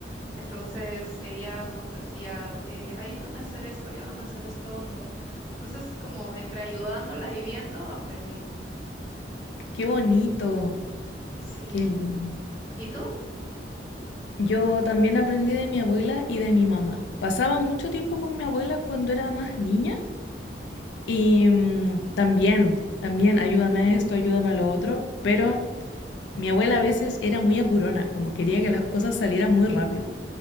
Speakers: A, on the left (about 30°); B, on the left (about 80°).
A: Entonces ella nos decía, eh, ayúdame a hacer esto, ayúdame a hacer esto otro. Entonces, como entre ayudándola y viendo, aprendí.
B: ¡Qué bonito!
A: Mm, Sí.
B: ¡Qué lindo!
A: ¿Y tú?
B: Yo también aprendí de mi abuela y de mi mamá. Pasaba mucho tiempo con mi abuela cuando era más niña y mm, también, también, ayúdame a esto, ayúdame a lo otro, pero Mi abuela a veces era muy apurona, como quería que las cosas salieran muy rápido.